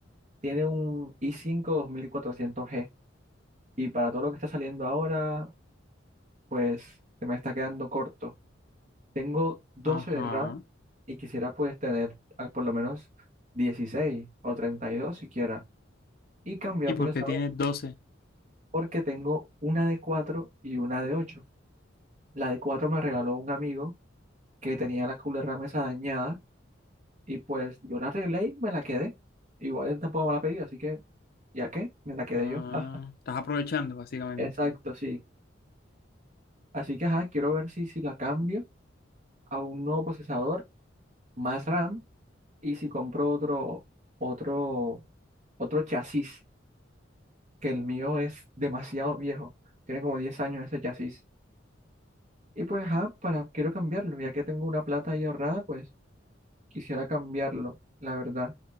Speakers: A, on the right; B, on the left.
A: tiene un i cinco dos mil cuatrocientos g y para todo lo que está saliendo ahora, pues se me está quedando corto. Tengo doce
B: Ajá.
A: de RAM y quisiera pues tener ah, por lo menos 16 o 32 siquiera y cambiar
B: ¿Y
A: procesador
B: por qué tienes doce?
A: porque tengo una de cuatro y una de ocho. La de cuatro me la regaló un amigo que tenía la mesa dañada y pues yo la arreglé y me la quedé. Igual él tampoco me la pedí, así que ya que me la quedé
B: Ah,
A: yo. <laughs>
B: estás aprovechando, básicamente.
A: Exacto, sí. Así que ajá, quiero ver si, si la cambio a un nuevo procesador, más RAM y si compro otro, otro, otro chasis, que el mío es demasiado viejo. Tiene como 10 años ese chasis. Y pues ajá, para, quiero cambiarlo, ya que tengo una plata ahí ahorrada, pues quisiera cambiarlo, la verdad.